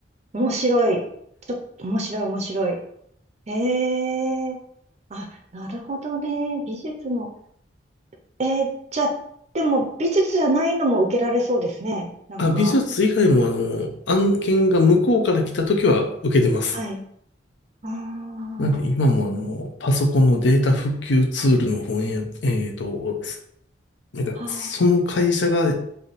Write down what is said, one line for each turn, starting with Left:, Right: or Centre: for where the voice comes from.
Right: 面白い。ちょっと面白い、面白い。ええーあ、なるほどね。美術の。えー、じゃあ、でも美術じゃないのも受けられそうですね。なんか、
Left: あ、美術以外もあの、案件が向こうから来た時は受けてます。
Right: はい。あー
Left: なんで今もあの、パソコンのデータ復旧ツールの翻訳、えっと、なんか、
Right: あ
Left: その会社が